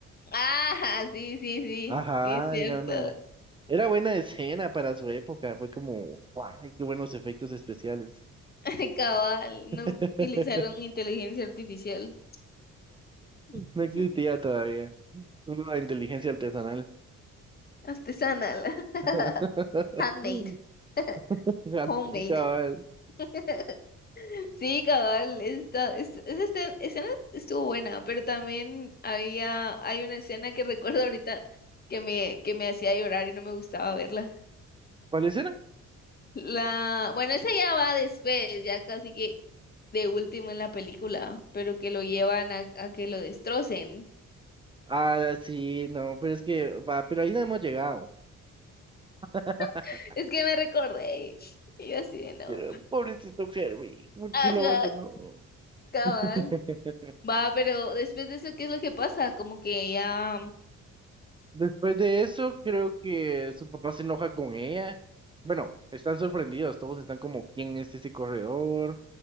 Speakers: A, on the left; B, on the right.
A: ah, sí, sí, sí,
B: Ajá,
A: sí, es cierto.
B: era una era buena escena para su época, fue como, guau, qué buenos efectos especiales.
A: <laughs> Cabal,
B: <laughs>
A: no utilizaron inteligencia artificial. <laughs>
B: No existía todavía, solo la inteligencia artesanal.
A: Artesanal. <laughs>
B: <laughs>
A: Handmade. <laughs>
B: <laughs> Gato,
A: Homemade.
B: Cabal.
A: <laughs> Sí, cabal, esta, es- esa este- escena estuvo buena, pero también había, hay una escena que recuerdo ahorita que me, que me hacía llorar y no me gustaba verla.
B: ¿Cuál escena?
A: La, bueno, esa ya va después, ya casi que de último en la película, pero que lo llevan a, a que lo destrocen.
B: Ah, sí, no, pero es que va, pero ahí no hemos llegado. <laughs>
A: <laughs> Es que me recordé. Y yo así de no.
B: Pero pobrecito Herbie, ¿por
A: Ajá,
B: qué lo abandonó?
A: cabal.
B: <laughs>
A: Va, pero después de eso, ¿qué es lo que pasa? Como que ya. mm,
B: Después de eso, creo que su papá se enoja con ella. Bueno, están sorprendidos, todos están como, ¿quién es ese corredor?